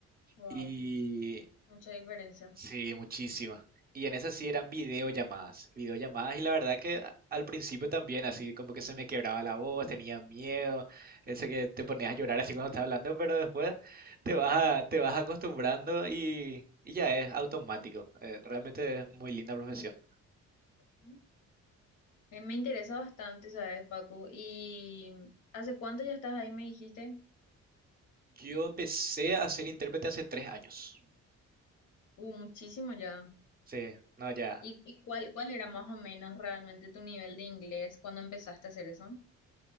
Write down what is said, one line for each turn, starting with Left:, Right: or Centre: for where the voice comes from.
Left: Wow,
Right: Y
Left: mucha diferencia.
Right: sí, muchísima. Y en esas sí eran videollamadas, videollamadas y la verdad que a- al principio también así como que se me quebraba la voz, tenía miedo, ese que te ponías a llorar así cuando estás hablando, pero después te vas a- te vas acostumbrando y, y ya es automático. Eh, realmente es muy linda profesión.
Left: Ujú. Eh, Me interesa bastante, ¿sabes, Facu? ¿Y hace cuánto ya estás ahí, me dijiste?
Right: Yo empecé a ser intérprete hace tres años.
Left: Uh, muchísimo ya.
Right: Sí, no, ya.
Left: ¿Y, y cuál, cuál era más o menos realmente tu nivel de inglés cuando empezaste a hacer eso?